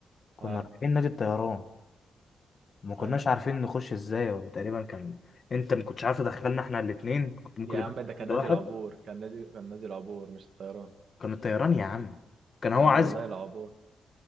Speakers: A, on the left (about 35°); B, on the right (about 55°).
A: كنا
B: اه
A: رايحين نادي الطيران ما كناش
B: ايوه
A: عارفين نخش ازاي ولا تقريبا كان انت ما كنتش عارف تدخلنا احنا الاثنين كنت ممكن
B: يا
A: يبقى
B: عم ده كان
A: ده
B: نادي
A: واحد
B: العبور كان نادي كان نادي العبور مش الطيران
A: كان الطيران يا عم كان هو
B: يا عم
A: عايز
B: والله العبور